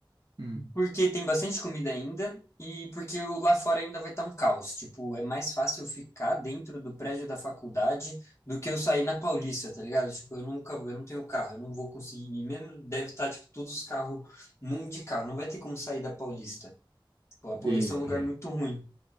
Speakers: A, on the right; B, on the left.
A: Hum.
B: Porque tem bastante comida ainda e porque o- lá fora ainda vai estar um caos. Tipo, é mais fácil eu ficar dentro do prédio da faculdade do que eu sair na Paulista, tá ligado? Tipo, eu nunca, eu não tenho carro, eu não vou conseguir. E mesmo deve estar, tipo, todos os carros, um monte de carro. Não vai ter como sair da Paulista. Tipo, a
A: Bem,
B: Paulista é um
A: bem,
B: lugar muito ruim.